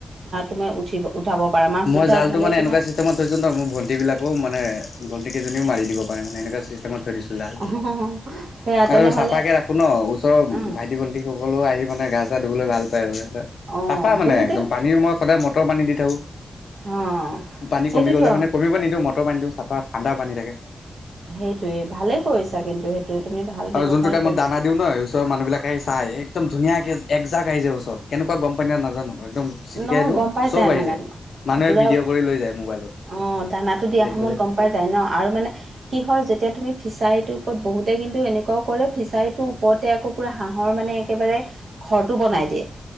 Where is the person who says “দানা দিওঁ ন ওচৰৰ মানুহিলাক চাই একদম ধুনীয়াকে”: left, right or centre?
Left